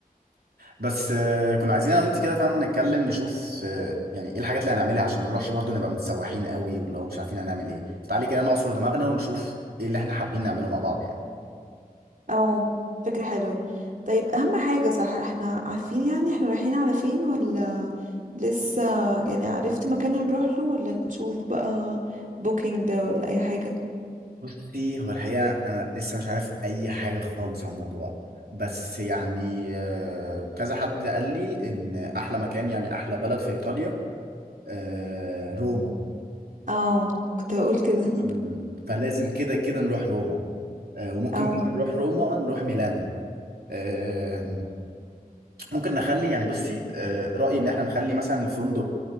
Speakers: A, on the right (about 85°); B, on the right (about 55°).
A: بس آه كنا عايزين انا وانت كده فاهمة نتكلم نشوف آه يعني ايه الحاجات اللي هنعملها عشان ما نروحش برضه نبقى متسوحين قوي واللي هو مش عارفين هنعمل ايه فتعالي كده نعصر دماغنا ونشوف ايه اللي احنا حابين نعمله مع بعض يعني
B: <laughs> او فكرة حلوة طيب اهم حاجة صح احنا عارفين يعني احنا رايحين على فين ولا لسه يعني عرفت مكان هنروح له ولا نشوف بقى بوكينج ده ولا اي حاجة
A: بصي هو الحقيقة أنا لسه مش عارف أي حاجة خالص عن الموضوع بس يعني آه، كذا حد قال لي إن أحلى مكان يعني أحلى بلد في إيطاليا آه، روما
B: او كنت هقول كده <laughs>
A: مم. فلازم كده كده نروح روما آه، وممكن
B: او
A: بقى نروح روما نروح ميلانو آه، ممكن نخلي يعني بصي آه، رأيي إن إحنا نخلي مثلا الفندق